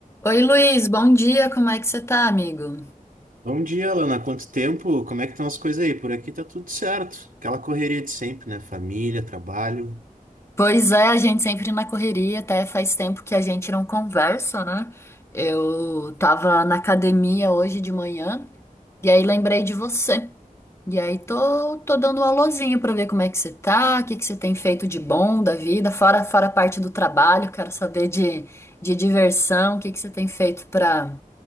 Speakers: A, on the left; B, on the right.
A: Oi, Luiz, bom dia, como é que você tá, amigo?
B: Bom dia, Lana. Quanto tempo? Como é que estão as coisas aí? Por aqui tá tudo certo. Aquela correria de sempre, né? Família, trabalho.
A: Pois é, a gente sempre na correria, até faz tempo que a gente não conversa, né? Eu tava na academia hoje de manhã e aí lembrei de você. E aí tô, tô dando um alôzinho pra ver como é que você tá, o que que você tem feito de bom da vida, fora, fora a parte do trabalho, quero saber de, de diversão, o que que você tem feito pra,